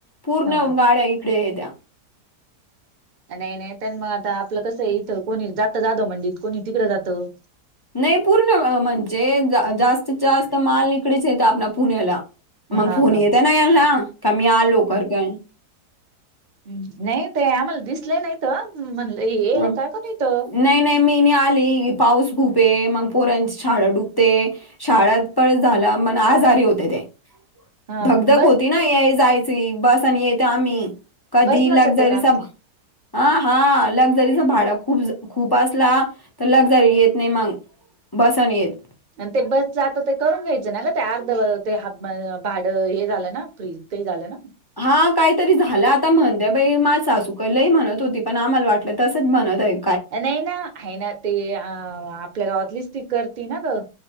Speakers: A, on the left; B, on the right.
A: पूर्ण
B: हा.
A: गाड्या इकडे येत्या.
B: नाही नाही त्यां मग आता आपलं कसय इथं कोणी जात जात मंडई कोणी तिकडं जातं.
A: नाही पूर्ण म्हणजे जास्तीत जास्त माल इकडेच येत आपल पुण्याला मग
B: हा
A: फोन
B: का
A: येत ना यानला का मी आलो करकन.
B: हम नाहीत आम्हाला दिसलं नाहीत म्हणल येल
A: हं.
B: काय करल इथ.
A: नाही नाही मी नाही आली पाऊस खूपये मग पोरांची शाळा डुबते. शाळेत पण झाला पण आजारी होते ते.
B: हा
A: धगधग
B: बस
A: होती ना या जायची बस आणि येते आम्ही कधी
B: बसनच
A: लक्झरीचा
B: येते का
A: ब हा हा लक्झरीच भाडं खूप - खूप असला तर लक्झरी येत नाही मंग. बसानी येत.
B: आणि ते बस जात ते करून घ्यायचं ना ना ते अर्ध ते हाफ भाडं हे झालं ना फ्री काही झालं ना.
A: हा काहीतरी झालं आता म्हणते बाई मा सासू का लई म्हणत होती पण आम्हाला वाटलं तसंच म्हणत आहेत.
B: नाही ना आहे ना ते अ आपल्या गावातलीच ती करती ना ग.